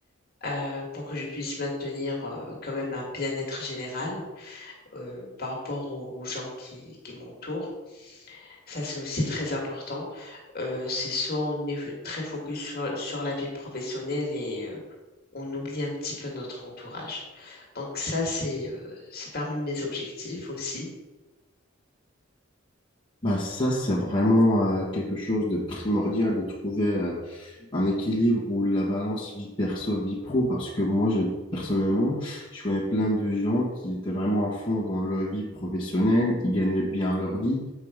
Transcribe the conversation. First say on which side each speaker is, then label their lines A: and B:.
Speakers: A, on the left; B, on the left.
A: euh, pour que je puisse maintenir euh, quand même un bien-être général euh, par rapport aux, aux gens qui, qui m'entourent. Ça, c'est aussi très important. Euh, c'est soit on est f- très focus sur, sur la vie professionnelle et euh, on oublie un petit peu notre entourage. Donc ça, c'est euh, c'est parmi mes objectifs aussi.
B: Bah ça, c'est vraiment euh, quelque chose de primordial de trouver. euh, un équilibre où la balance vie perso, vie pro, parce que moi, je, personnellement, je connais plein de gens qui étaient vraiment à fond dans leur vie professionnelle, ils gagnaient bien leur vie,